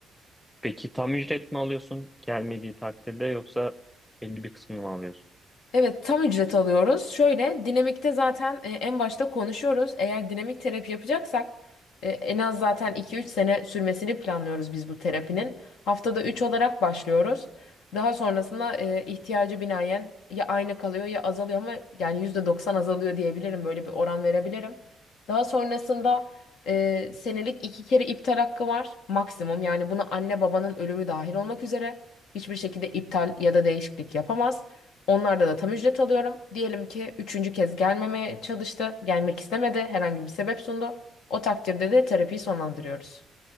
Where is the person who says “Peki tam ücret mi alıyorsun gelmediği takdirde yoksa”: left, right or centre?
Centre